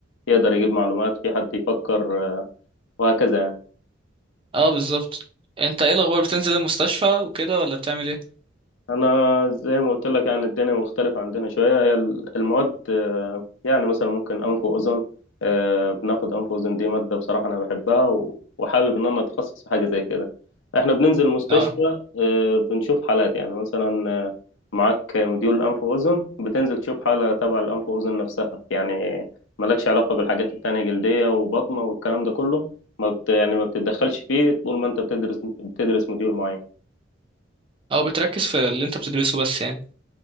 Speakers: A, on the left; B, on the right.
A: يقدر يجيب معلومات في حد يفكر آه، وهكذا يعني.
B: اه بالظبط انت ايه الاخبار بتنزل المستشفى وكده ولا بتعمل ايه
A: انا زي ما قلت لك يعني الدنيا مختلفة عندنا شوية هي ال- المواد آه، يعني مثلا ممكن انف واذن آه، بناخد انف واذن دي مادة بصراحة انا بحبها و- وحابب ان انا اتخصص في حاجة زي كده احنا بننزل المستشفى
B: اه
A: آه، بنشوف حالات يعني مثلا آه، معاك مديول انف واذن بتنزل تشوف حالة تبع الانف واذن نفسها يعني مالكش علاقة بالحاجات التانية جلدية وبطنة والكلام ده كله ما بت يعني ما بتتدخلش فيه طول ما انت بتدرس بتدرس مديول معين
B: او بتركز في اللي انت بتدرسه بس يعني